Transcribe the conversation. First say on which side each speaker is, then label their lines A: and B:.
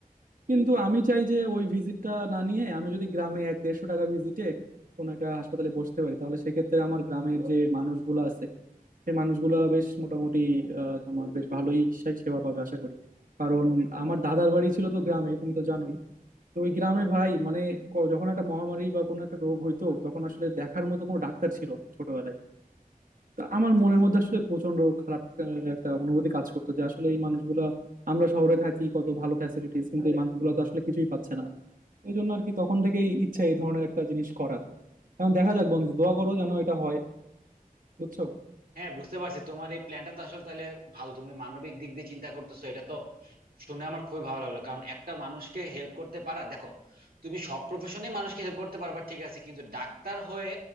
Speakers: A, on the right; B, on the right.
A: কিন্তু আমি চাই যে ওই ভিজিটটা না নিয়ে আমি যদি গ্রামে এক দেড়শো টাকা ভিজিটে কোনো একটা হাসপাতালে বসতে পারি তাহলে সেক্ষেত্রে আমার গ্রামের যে মানুষগুলো আছে সেই মানুষগুলা বেশ মোটামুটি আহ, তোমার বেশ ভালোই সে- সেবা পাবে আশা করি কারণ আমার দাদার বাড়ি ছিল তো গ্রামে তুমি তো জানোই তো ওই গ্রামে ভাই মানে ক- যখন একটা মহামারী বা কোনো একটা রোগ হইতো তখন আসলে দেখার মতো কোনো ডাক্তার ছিল না ছোটবেলায় তো আমার মনের মধ্যে আসলে প্রচন্ড খারাপ আহ, একটা অনুভূতি কাজ করতো যে আসলে এই মানুষগুলা আমরা শহরে থাকি কত ভালো ফ্যাসিলিটিস কিন্তু এই মানুষগুলো তো আসলে কিছুই পাচ্ছে না এই জন্য আর কি তখন থেকেই ইচ্ছা এই ধরনের একটা জিনিস করার এখন দেখা যাক বন্ধু দোয়া করো যেন এটা হয় বুঝছো
B: হ্যাঁ বুঝতে পারছি তোমার এই প্ল্যানটা তো আসলে তাহলে ভালো তুমি মানবিক দিক দিয়ে চিন্তা করতেছো এটা তো শুনে আমার খুবই ভালো লাগলো কারণ একটা মানুষকে হেল্প করতে পারা দেখো তুমি সব প্রফেশনে মানুষকে হেল্প করতে পারবা ঠিক আছে কিন্তু ডাক্তার হয়ে